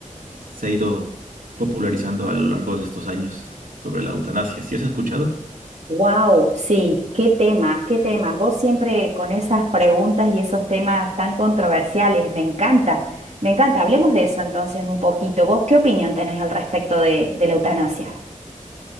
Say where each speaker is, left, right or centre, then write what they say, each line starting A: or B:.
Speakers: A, on the right; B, on the right.
A: se ha ido popularizando a lo largo de estos años sobre la eutanasia. ¿Sí has escuchado?
B: Wow, sí, qué tema, qué tema. Vos siempre con esas preguntas y esos temas tan controversiales, me encanta, me encanta. Hablemos de eso entonces un poquito. ¿Vos qué opinión tenés al respecto de, de la eutanasia?